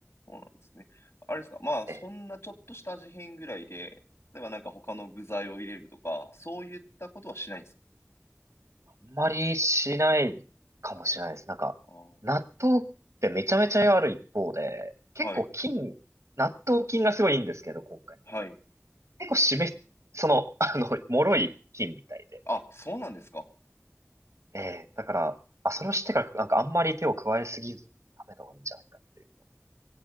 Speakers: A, on the left; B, on the right.
A: そうなんですね。あれですか、まあ、そんなちょっとした味変ぐらいで、
B: ええ、
A: 例えばなんか他の具材を入れるとか、そういったことはしないんですか
B: あんまりしないかもしれないです。なんか、
A: あー
B: 納豆ってめちゃめちゃ栄いある一方で、
A: はい、
B: 結構菌、納豆菌がすごいいいんですけど、効果に。
A: はい。
B: 結構湿っ、その、あの、脆い菌みたいで、
A: あ、そうなんですか。
B: ええ、だから、あ、それを知ってから、なんかあんまり手を加えすぎずに食べた方がいいんじゃないかっていうの